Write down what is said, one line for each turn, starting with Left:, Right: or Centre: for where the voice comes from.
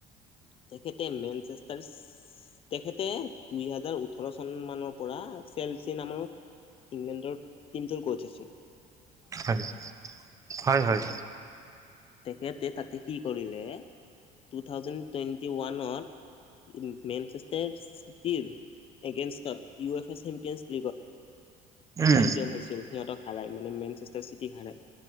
Left: তেখেতে মেনচেষ্টাৰচ তেখেতে দুই হাজাৰ ওঠৰ চন মানৰ পৰা চেলচি নামৰ ইংলেণ্ডৰ টিমটোৰ কচ আছে।
Right: হয়। হয় হয়।
Left: তেখেতে তাতে কি কৰিলে, টু থাউজেণ্ড টুৱেণ্টি ওৱানত মেনচেষ্টাৰচ চিটিৰ এগেনষ্টত, ইউ এফ এ চেম্পিয়ন্ছ ত
Right: উম
Left: চেম্পিয়ন হৈছিল। সিহঁতক হাৰাই, মানে মেনচেষ্টাৰচ চিটিক হাৰায়।